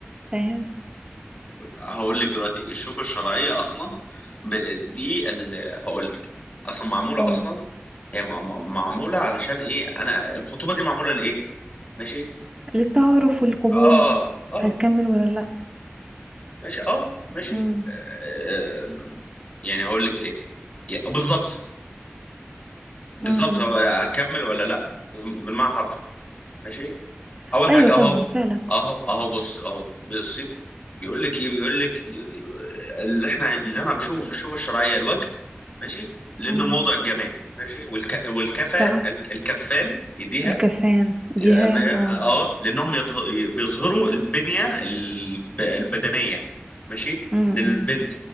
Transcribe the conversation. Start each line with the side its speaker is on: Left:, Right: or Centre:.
Right: فاهم
Left: هقول لك دلوقتي الشوكة الشرعية أصلا ب- دي اللي هقول لك أصلا معمولة
Right: قول
Left: أصلا هي مع- مع- معمولة علشان إيه أنا الخطوبة دي معمولة لإيه ماشي
Right: للتعارف والقبول
Left: آه آه
Right: هتكمل ولا لا
Left: ماشي آه ماشي
Right: امم
Left: آه يعني هقول لك إيه يا- بالظبط بالظبط
Right: امم
Left: هو هكمل ولا لأ بالمعنى الحرفي ماشي اول
Right: ايوه
Left: حاجه
Right: طبعا
Left: اهو
Right: فعلا
Left: اهو اهو بص اهو بصي بيقول لك ايه بيقول لك اللي احنا اللي انا بشوفه في الشوفه الشرعيه الوجه ماشي لانه
Right: امم
Left: موضع الجمال ماشي والك... والكفان
Right: صح
Left: الك- الكفان ايديها
Right: الكفان ديها
Left: اه ما-
Right: يعني اه
Left: آه، لانهم يضغ- بيظهروا البنيه الب... البدنيه ماشي
Right: امم
Left: للبنت